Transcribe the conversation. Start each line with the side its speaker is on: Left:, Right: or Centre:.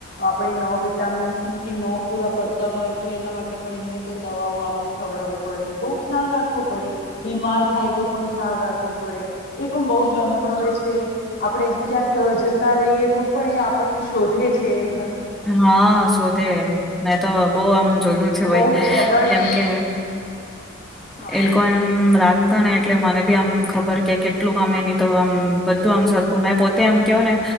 Left: આપણે ન વિટામીન્સ ની કે ન પૂરા પડતા હોય તો એના માટે પણ એમને પણ દવાઓ ખવડાવવી પડે બહ ખ્યાલ રાખવો પડે બીમાર થાય તો પણ ખ્યાલ રાખવું પડે. એ પણ બહુ જ અનુભવે છે. આપડણે ક્યાંક જતા રહીએ. તો પણ એ આપણને શોધે છે. છે.
Centre: હા શોધે મેં તો બહ આમ જોયું છે ભાઈ
Left: બહુ જ એલર્ટ
Centre: કેમકે
Left: હા
Centre: એ લોકો એમ રાખતા ને એટલે મને બી આમ. ખબર કે કેટલું ગમે એ નની તો આમ બધું આમ સરખું મે પોતે આમ કેહો ને